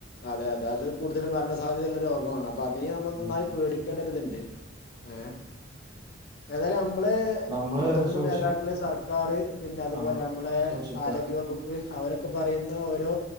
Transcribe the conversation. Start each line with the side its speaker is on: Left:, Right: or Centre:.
Left: അതെ അതെ അത് കൂടുതലും മരണ സാധ്യതയുള്ള രോഗമാണ് അപ്പൊ അതിനെ നമ്മൾ നന്നായി
Right: ഉം.
Left: പേടിക്കേണ്ടരിത്ണ്ട് ഏഹ് ഏതാലും അമ്മള്
Right: നമ്മള്
Left: മുതിർന്ന
Right: സൂക്ഷി
Left: നേതാക്കള് സർക്കാറ് പിന്നെ അതുപോലെ
Right: ആഹ്
Left: അമ്മളെ
Right: സൂക്ഷിക്ക
Left: ആരോഗ്യവകു പ്പ്‌ അവരൊക്കെ പറയുന്ന ഓരോ